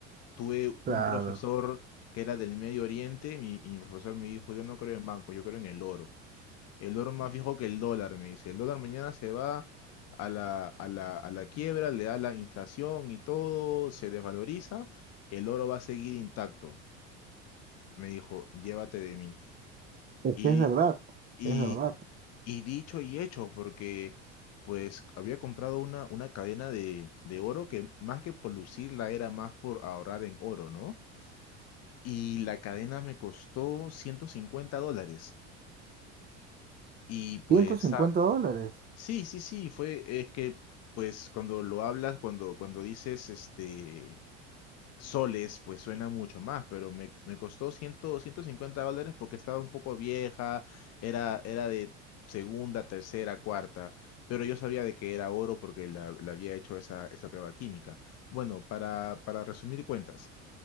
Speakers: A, on the left (about 45°); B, on the right (about 25°).
A: Tuve
B: Claro,
A: un profesor que era del Medio Oriente mi- y mi profesor me dijo, yo no creo en banco, yo creo en el oro. El oro más viejo que el dólar, me dice. El dólar mañana se va a la, a la, a la quiebra, le da la inflación y todo, se desvaloriza. El oro va a seguir intacto. Me dijo, llévate de mí.
B: es
A: Y,
B: que es verdad,
A: y,
B: es verdad.
A: Y dicho y hecho, porque pues había comprado una, una cadena de, de oro que más que por lucirla era más por ahorrar en oro, ¿no? Y la cadena me costó 150 dólares. Y pues,
B: ciento cincuenta
A: sa-
B: dólares.
A: sí, sí, sí, fue, es que pues cuando lo hablas, cuando, cuando dices, este, soles, pues suena mucho más, pero me, me costó cien, ciento cincuenta dólares porque estaba un poco vieja, era, era de segunda, tercera, cuarta, pero yo sabía de que era oro porque la, la había hecho esa, esa prueba química. Bueno, para, para resumir cuentas,